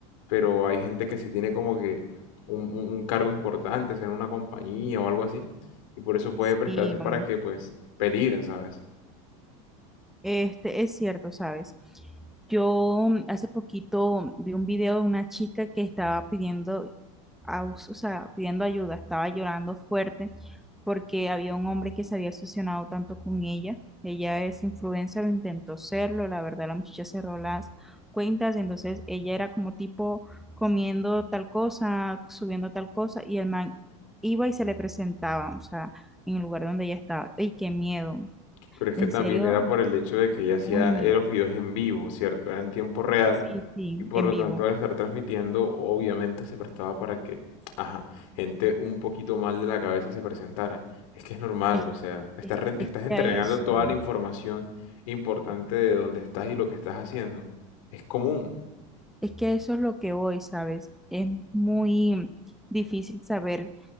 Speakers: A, on the left (about 70°); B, in the centre.
A: Pero hay gente que sí tiene como que un, un- un cargo importante, sea en una compañía o algo así. Y por eso puede
B: Sí,
A: prestarse para
B: mm,
A: que, pues, peligren, ¿sabes?
B: Este, es cierto, ¿sabes? Yo mm, hace poquito vi un video de una chica que estaba pidiendo, aus- o sea, pidiendo ayuda, estaba llorando fuerte porque había un hombre que se había obsesionado tanto con ella. Ella es influencer, lo intentó serlo, la verdad la muchacha cerró las cuentas, entonces ella era como tipo comiendo tal cosa, subiendo tal cosa y el man iba y se le presentaba, o sea, en el lugar donde ella estaba. ¡Ey, qué miedo!
A: Pero es que
B: En
A: también
B: serio,
A: era por el hecho de que ella
B: muy
A: hacía
B: miedo.
A: eh, los videos en vivo, ¿cierto? Era en tiempo real
B: Sí, sí,
A: y por
B: en
A: lo
B: vivo.
A: tanto al estar transmitiendo obviamente se prestaba para que, ajá, gente un poquito mal de la cabeza se presentara. Es que es normal,
B: Es,
A: o sea, estás,
B: es,
A: re-
B: es
A: estás entregando
B: que a eso,
A: toda la información importante de dónde estás y lo que estás haciendo. Es común.
B: es que a eso es lo que voy, ¿sabes? Es muy difícil saber